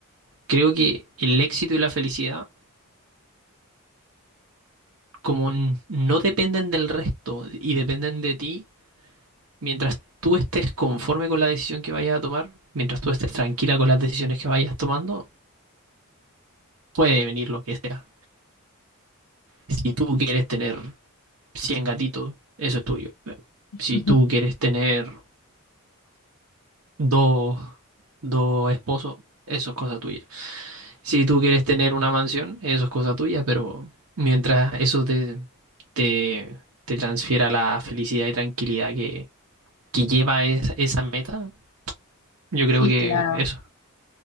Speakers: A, on the right; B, on the left.
A: creo que el éxito y la felicidad como n- no dependen del resto y dependen de ti, mientras tú estés conforme con la decisión que vayas a tomar, mientras tú estés tranquila con las decisiones que vayas tomando, puede venir lo que sea. Si tú quieres tener 100 gatitos, eso es tuyo.
B: <laughs>
A: Si tú quieres tener dos, dos esposos, eso es cosa tuya. Si tú quieres tener una mansión, eso es cosa tuya, pero mientras eso te, te, te transfiera la felicidad y tranquilidad que lleva es- esa meta, yo
B: sí,
A: creo que
B: claro.
A: eso.